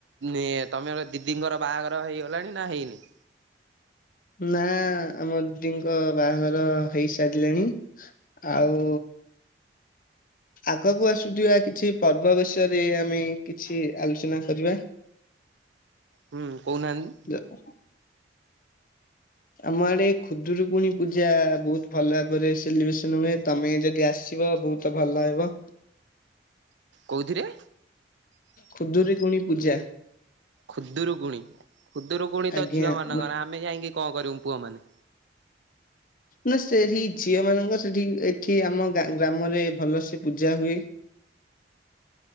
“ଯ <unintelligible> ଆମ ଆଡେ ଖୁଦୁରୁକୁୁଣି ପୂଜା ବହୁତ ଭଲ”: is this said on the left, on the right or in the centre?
Left